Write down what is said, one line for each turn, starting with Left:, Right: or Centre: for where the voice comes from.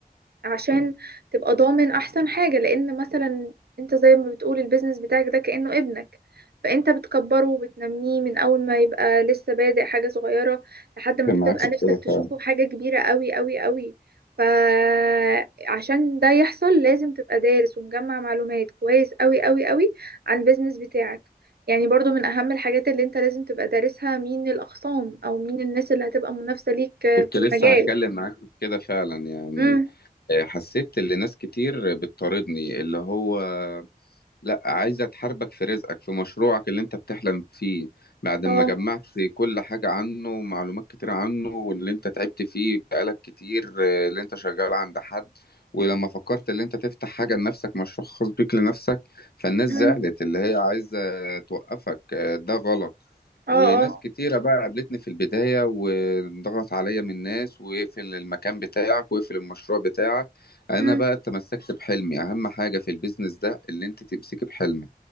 Right: عشان تبقى ضامن احسن حاجة لان مثلا انت زي ما بتقول البيزنس بتاعك ده كأنه ابنك فانت بتكبره وبتنميه من اول ما يبقى لسه بادئ حاجة صغيرة لحد ما
Left: كان
Right: بتبقى
Left: معاك في
Right: نفسك
Left: كده فعلا
Right: تشوفه حاجة كبيرة قوي قوي قوي فعشان ده يحصل لازم تبقى دارس ومجمع معلومات كويس قوي قوي قوي عن البيزنس بتاعك يعني برضو من اهم الحاجات اللي انت لازم تبقى دارسها مين الاخصام او مين الناس اللي هتبقى منافسة ليك في
Left: كنت
Right: المجال
Left: لسه هتكلم معاك في كده فعلا يعني
Right: امم
Left: آه، حسيت ان ناس كتير بتطاردني اللي هو لا عايزة تحاربك في رزقك في مشروعك اللي انت بتحلم فيه بعد
Right: اه
Left: ما جمعت كل حاجة عنه ومعلومات كتير عنه واللي انت تعبت فيه بقالك كتير آه، اللي انت شغال عند حد ولما فكرت اللي انت تفتح حاجة لنفسك مشروع خاص بيك لنفسك فالناس
Right: مم.
Left: زعلت اللي هي عايزة توقفك آه، ده غلط
Right: اه
Left: وناس
Right: اه
Left: كتيرة بقى قابلتني في البداية وضغط عليا من ناس واقفل المكان بتاعك واقفل المشروع بتاعك انا
Right: امم
Left: بقى تمسكت بحلمي اهم حاجه في البيزنس ده اللي انت تمسكي بحلمك